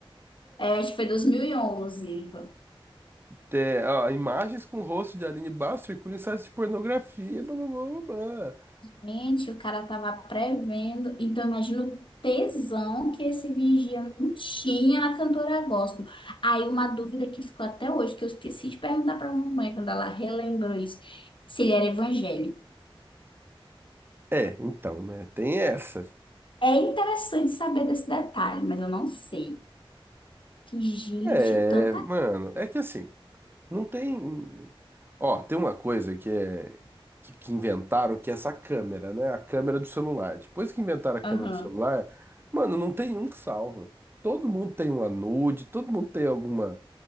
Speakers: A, on the left; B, on the right.
A: É, acho que foi 2011.
B: É, ó, imagens com o rosto de Aline Barros circulam em sites de pornografia. Blá, blá, blá, blá. blá.
A: Gente, o cara tava prevendo. Então, imagina o tesão que esse vigia não tinha na cantora gospel. Aí, uma dúvida que ficou até hoje, que eu esqueci de perguntar pra mamãe quando ela relembrou isso, se ele era evangélico.
B: É, então, né? Tem essa.
A: É interessante saber desse detalhe, mas eu não sei. Que gente,
B: É,
A: tanta.
B: mano, é que assim. Não tem. Ó, tem uma coisa que é que, que inventaram, que é essa câmera, né? A câmera do celular. Depois que inventaram a câmera
A: Aham.
B: do celular, mano, não tem um que salva. Todo mundo tem uma nude, todo mundo tem alguma